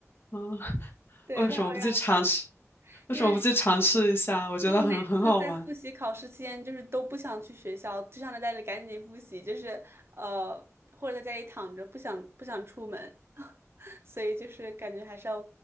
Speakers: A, on the left; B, on the right.
A: 啊，
B: 对，
A: 为什么不去尝试？
B: 他会让他，
A: 为什么不去尝试一下？
B: 因为
A: 我觉得很很好玩。
B: 如果每次在复习考试期间，就是都不想去学校，就想在家里赶紧复习，就是呃，或者在家里躺着，不想不想出门，所以就是感觉还是要